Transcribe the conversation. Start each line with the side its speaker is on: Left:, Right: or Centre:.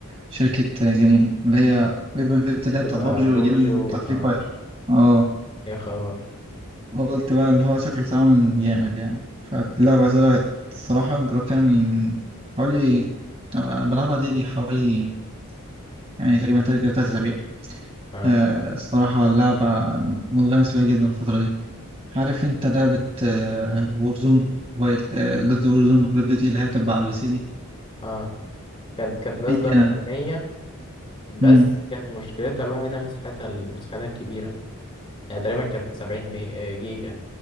Right: شركة جنين اللي هي ليفل انفينيتي اللي
Left: بتاع
Right: هي بتاعت بابجي
Left: بابجي
Right: والجنين اللي
Left: و
Right: بتاع فري
Left: اه
Right: فاير اه
Left: يا خبر
Right: قلت بقى اللي هو شكله تعاون جامد يعني فاللعبة طلعت الصراحة جربتها من حوالي آه، بلعبها دي لي حوالي يعني تقريبا تلات تلات أسابيع
Left: اه
Right: آه، الصراحة اللعبة منغمس فيها جدا الفترة دي عارف انت لعبة وورزون موبايل آه، قصدي وورزون كول اوف ديوتي اللي هي تبع على البي سي دي
Left: اه كانت كانت نازلة
Right: هي
Left: مجانية بس
Right: مم.
Left: كان مشكلتها الوحيدة مساحتها مساحتها الكبيرة يعني تقريبا كانت سبعين مي... آه، جيجا